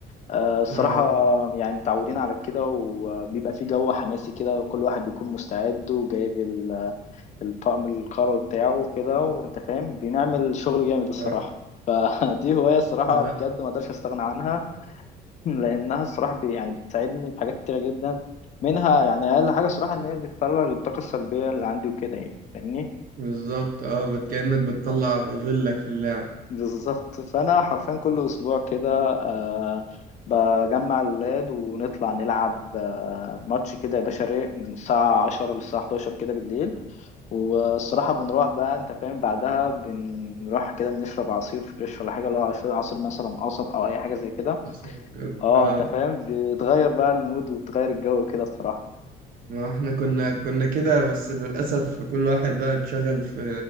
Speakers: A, on the left (about 45°); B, on the right (about 55°).
A: أه الصراحه
B: اه
A: يعني متعودين على كده وبيبقى في جو حماسي كده وكل واحد بيكون مستعد وجايب ال- الطقم القروي بتاعه وكده وانت فاهم بنعمل شغل جامد الصراحه
B: لا
A: فدي <laughs> هوايه الصراحه
B: لا
A: بجد ما اقدرش استغنى عنها <laughs> لانها الصراحه بي- يعني بتساعدني في حاجات كتيره جدا منها يعني اقل حاجه الصراحه ان هي بتفرغ الطاقه السلبيه اللي عندي وكده يعني فاهمني
B: بالظبط اه بت- كأنك بتطلع غلك في اللعب
A: بالظبط فانا حرفيا كل اسبوع كده آه بجمع الولاد ونطلع نلعب آه ماتش كده يا باشا رايق من الساعه 10 للساعه 11 كده بالليل والصراحة بنروح بقى انت فاهم بعدها بنروح كده نشرب عصير فريش ولا حاجة لو عصير عصير مثلا قصب او اي حاجة زي كده
B: بس هو كده.
A: اه
B: اه
A: انت فاهم بتغير بقى المود وبتغير الجو كده الصراحة
B: ما احنا كنا كنا كده بس للأسف كل واحد بقى اتشغل في